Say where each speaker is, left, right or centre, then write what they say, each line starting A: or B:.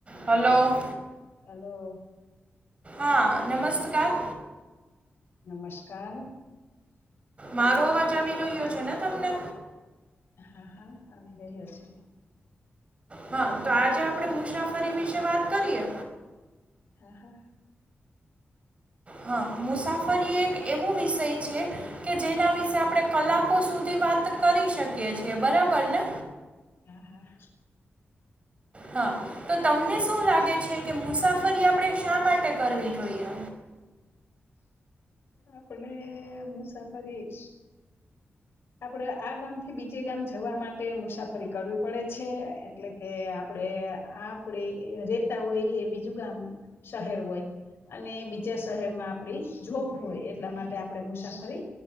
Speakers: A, on the right (about 30°); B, on the left (about 75°).
A: હલો
B: હલો
A: હા નમસ્કાર
B: નમસ્કાર
A: મારો અવાજ આવી રહ્યો છે ને તમને
B: હા હા આવી રહ્યો છે
A: હા તો આજે આપડે મુસાફરી વિશે વાત કરીએ
B: હા હા
A: હા મુસાફરી એક એવો વિષય છે કે જેના વિશે આપણે કલાકો સુધી વાત કરી શકી કરીએ છીએ બરાબર ને
B: હા હા
A: હા તો તમને શું લાગે છે કે મુસાફરી આપણે શા માટે કરવી જોઈએ
B: આપણે મુસાફરી આપણે આ ગામથી બીજે ગામ જવા માટે મુસાફરી કરવી પડે છે એટલે કે આપણેે આપણે રેતા હોય એ બીજું ગામ શહેર હોય અને બીજા શહેરમાં આપડી જોબ હોય એટલા માટે આપણેે મુસાફરી